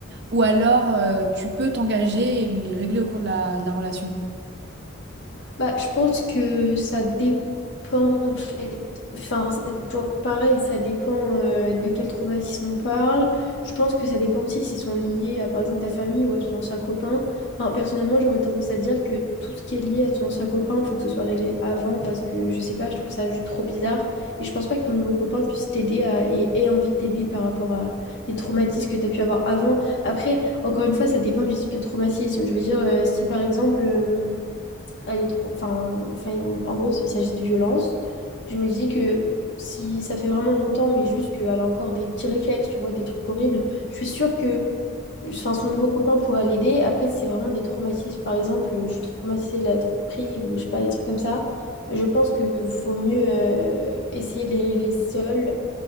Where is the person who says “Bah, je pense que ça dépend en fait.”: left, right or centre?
Left